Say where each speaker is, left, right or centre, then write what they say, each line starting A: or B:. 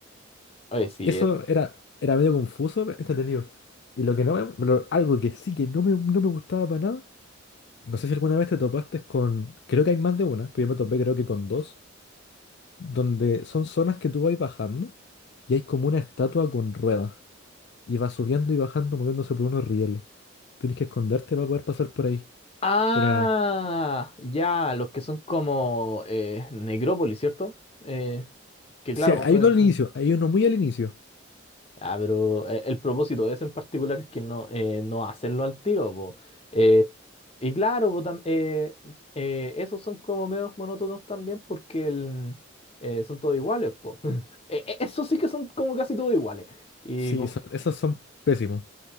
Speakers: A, on the left (about 30°); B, on the left (about 55°).
A: Oye, sí,
B: Eso
A: es,
B: era, era medio confuso, pero entretenido. Y lo que no me, lo- algo que sí que no me, no me gustaba para nada, no sé si alguna vez te topaste con, creo que hay más de una, pero yo me topé creo que con dos, donde son zonas que tú vas bajando y hay como una estatua con ruedas y va subiendo y bajando moviéndose por unos rieles. tienes que esconderte para poder pasar por ahí.
A: Ah,
B: Era...
A: ya, los que son como eh, Necrópolis, ¿cierto? Eh, que
B: Sí,
A: claro,
B: hay uno
A: eh,
B: al
A: un-
B: inicio, hay uno muy al inicio.
A: ah, pero eh, el propósito de ese en particular es que no, eh, no hacerlo al tiro, po. Eh, y claro, po, tam- eh, eh, esos son como medios monótonos también porque el, eh, son todos iguales, po. <laughs> Eh, eh, esos sí que son como casi todos iguales. Y
B: Sí,
A: como-
B: son- esos son pésimos.